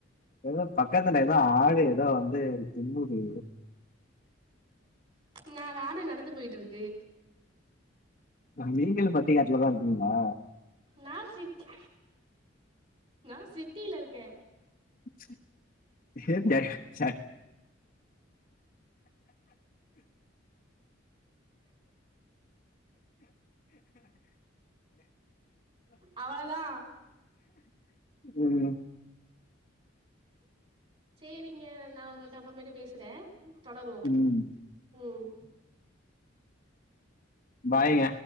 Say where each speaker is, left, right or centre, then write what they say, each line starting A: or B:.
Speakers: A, on the left (about 40°); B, on the right (about 30°).
A: எதோ பக்கத்துல எதோ ஆடு எதோ வந்து ஜிம்முது
B: நாலு ஆடு நடந்து போயிட்டுருக்கு
A: நீங்களு பட்டி காட்லதா இருக்கிங்ளா
B: நா சிட்டி நா சிட்டில இருக்கே
A: <unintelligible>
B: அவளதா
A: ம்
B: சேரிங்க நா உங்கள்ட அப்பற்மேட்டு பேசுறே தொடருவோ
A: ம்
B: ம்
A: பாய்ங்க